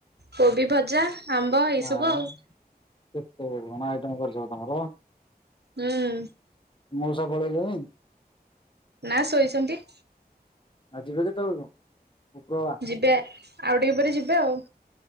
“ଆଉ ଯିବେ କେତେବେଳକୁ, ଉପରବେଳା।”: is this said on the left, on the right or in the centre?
Left